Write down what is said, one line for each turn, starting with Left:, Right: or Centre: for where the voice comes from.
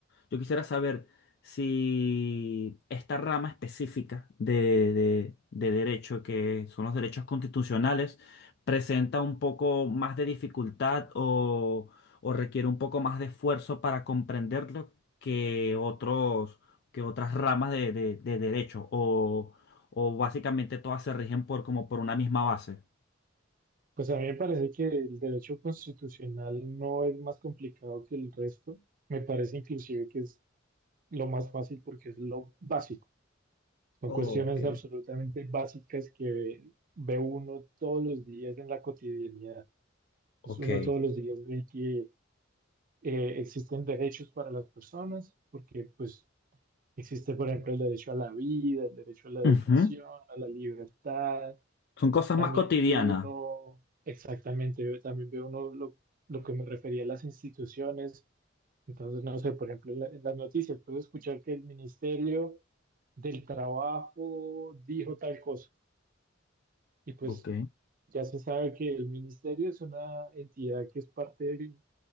Left: yo quisiera saber si esta rama específica de, de- de derecho, que son los derechos constitucionales, presenta un poco más de dificultad o, o requiere un poco más de esfuerzo para comprenderlo que otros, que otras ramas de, de- de derecho, o, o básicamente todas se rigen por como por una misma base.
Right: Pues a mí me parece que el derecho constitucional no es más complicado que el resto. Me parece inclusive que es lo más fácil porque es lo básico. Son
Left: Oh,
Right: cuestiones
Left: ok.
Right: absolutamente básicas que ve, ve uno todos los días en la cotidianidad.
Left: Ok.
Right: Pues uno todos los días ve que eh, existen derechos para las personas, porque pues existe, por ejemplo, el derecho a la vida, el derecho a la educación,
Left: Ujú.
Right: a la libertad,
Left: Son cosas
Right: También
Left: más cotidianas.
Right: veo uno, exactamente, veo- también veo uno lo, lo que me refería a las instituciones. Entonces, no sé, por ejemplo, en, la- en las noticias puedo escuchar que el Ministerio del Trabajo dijo tal cosa. Y pues
Left: Ok.
Right: ya se sabe que el ministerio es una entidad que es parte del,